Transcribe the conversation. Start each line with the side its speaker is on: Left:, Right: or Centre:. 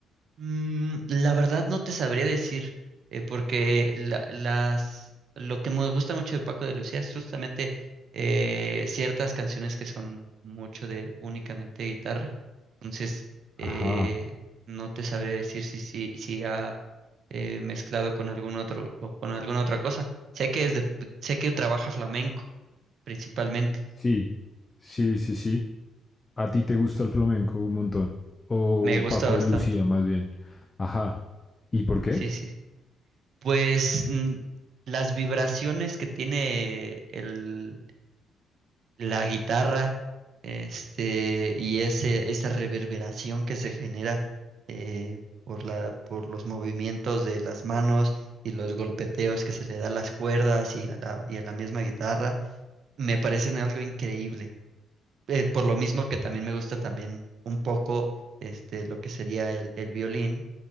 Right: Mm, la verdad no te sabría decir, eh, porque la- las, lo que me gusta mucho de Paco de Lucía es justamente eh, ciertas canciones que son mucho de únicamente guitarra. Entonces, eh,
Left: Ajá,
Right: no te sabría decir si, si, si ha eh, mezclado con algún otro o con alguna otra cosa. Sé que es de- sé que trabaja flamenco principalmente.
Left: sí, sí, sí, sí. ¿A ti te gusta el flamenco un montón? O
Right: Me gusta
Left: Paco
Right: bastante.
Left: de Lucía, más bien. Ajá. ¿Y por qué?
Right: Sí, sí. sí. Pues mm, las vibraciones que tiene el, la guitarra, este, y ese, esa reverberación que se genera eh, por la, por los movimientos de las manos y los golpeteos que se le da a las cuerdas y a la, y a la misma guitarra, me parecen algo increíble. Eh, por lo mismo que
Left: Ujú,
Right: también me gusta también un poco este, lo que sería el, el violín